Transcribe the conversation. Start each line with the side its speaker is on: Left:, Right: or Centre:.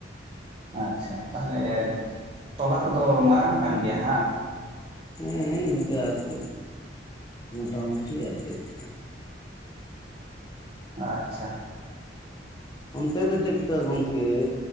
Right: ᱟᱪᱪᱷᱟ ᱛᱟᱦᱚᱞᱮ ᱛᱚᱞᱟ ᱠᱚᱫᱚ ᱢᱟᱨᱟᱝ ᱠᱟᱱ ᱜᱮᱭᱟ ᱵᱟᱝ?
Left: ᱦᱮᱸ ᱤᱱᱠᱟ ᱟᱨᱠᱤ ᱢᱚᱴᱟᱼᱢᱩᱴᱤ ᱟᱨ ᱪᱮᱫ ᱾
Right: ᱟᱪᱪᱷᱟ᱾
Left: ᱚᱱᱛᱮ ᱫᱚ ᱪᱮᱫ ᱞᱮᱠᱟ ᱜᱚᱝᱠᱮ?